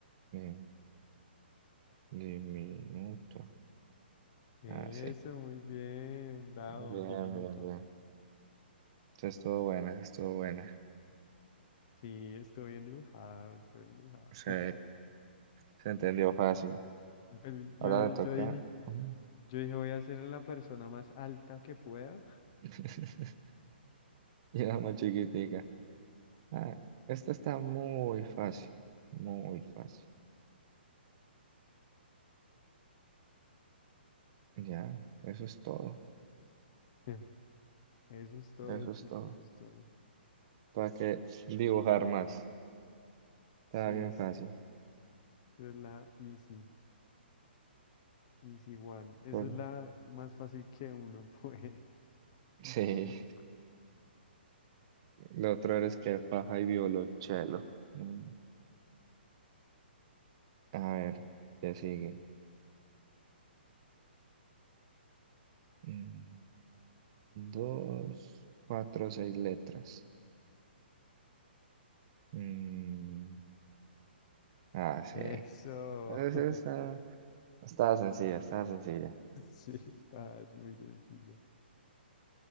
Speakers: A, on the right; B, on the left.
A: eh, diminuto.
B: Eso,
A: Ah, sí.
B: muy bien, bravo,
A: Bien,
B: diminuto.
A: bien, bien. Esa estuvo buena, esa estuvo buena.
B: Sí, estoy bien dibujado, estoy bien dibujado.
A: Sí,
B: <laughs>
A: se entendió fácil.
B: Pero Yo,
A: Ahora le toca.
B: yo dije,
A: Mm.
B: yo dije, voy a ser la persona más alta que pueda.
A: <laughs> Y la más chiquitica. Ah, esta está muy fácil. Muy fácil. Ya, eso es todo.
B: <laughs> Eso es todo,
A: Eso
B: chicos,
A: es todo.
B: eso es todo.
A: ¿Para qué dibujar más? Está
B: Sí,
A: bien
B: es
A: fácil.
B: es la easy. Easy One. Esa
A: Por-
B: es la más fácil que uno puede.
A: <laughs> Sí,
B: <laughs>
A: lo otro eres que faja y violonchelo. Mm. A ver, ¿qué sigue? Mm, Dos, cuatro, seis letras. Mm, Ah, sí.
B: Eso.
A: Es-
B: <laughs>
A: Está, está sencilla, está sencilla.
B: Sí, está, es muy sencillo.